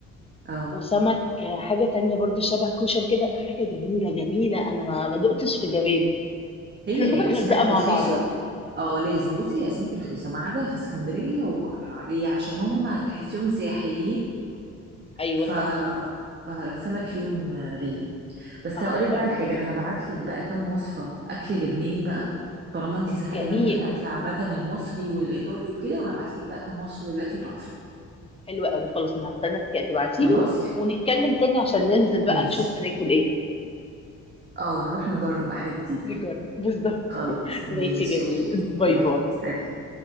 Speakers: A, on the right; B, on the left.
A: اه
B: وسمك حاجه تانية برضو شبه كوشن كده حاجه جميله جميله انا ما ما دقتش في جمالي
A: هي
B: احنا نروح
A: الأسماك
B: الغردقه مع
A: رخيصة
B: بعض بقى.
A: اه لازم بصي هي أسماك رخيصة ما عدا في اسكندرية والقاهرة ليه عشان هم تحسيهم سياحيين
B: ايوه
A: ف
B: صح
A: فالسمك فيهم غالي بس
B: صح
A: هقولك بقى
B: فعلا
A: على حاجة أنا هبعتلك بقى كام وصفة أكل لبناني بقى طالما انتي زهقانة
B: جميل
A: من الأكل عامة المصري والإيطالي وكده وهبعتلك بقى كام وصفة دلوقتي تحفة
B: حلوة قوي خلاص انا هستنى تبعتيلي
A: خلاص
B: ونتكلم تاني عشان ننزل بقى
A: ماشي
B: نشوف هناكل ايه
A: اه نروح نجرب بقى حاجة جديدة
B: نجرب بالظبط
A: خلاص ماشي
B: ماشي جميل
A: اوكي ماشي
B: باي
A: يلا
B: باي
A: سلام